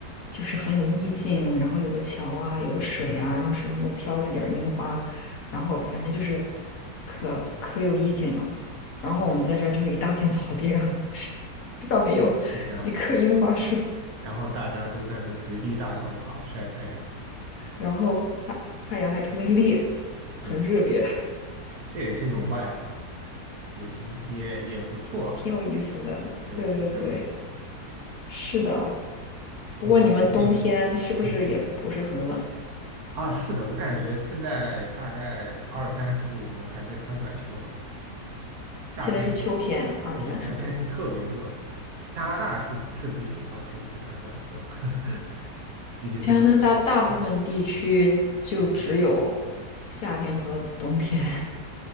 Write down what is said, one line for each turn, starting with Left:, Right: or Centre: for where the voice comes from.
Left: 就是很有意境，然后有个桥啊，有个水啊，然后水上都飘着点儿樱花，然后反正就是可可有意境了。然后我们在这儿就是一大片草地，上，<laughs> 是上面有几棵樱花树，
Right: 是这样的。然后大家都在那随地大小躺晒太阳，
Left: 然后太太阳还特别烈，
Right: 对，
Left: 很热烈，
Right: 这也是一种 vibe 嘛，也挺也也不错，
Left: <laughs> 挺有意思的。
Right: 对，
Left: 对对对，
Right: 是这样的。
Left: 是的。不过你们冬天是不是也不是很冷？
Right: 你最近？嗯。啊，是的，我感觉现在大概二三十度，我们还在穿短袖。夏天，
Left: 现在是秋天，二三十度。
Right: 对，夏天是特别热。加拿大是是不行吧？秋天穿短袖，<laughs> 毕竟冬
Left: 加拿大大部分地区就只有夏天和冬天。
Right: 下雪。嗯，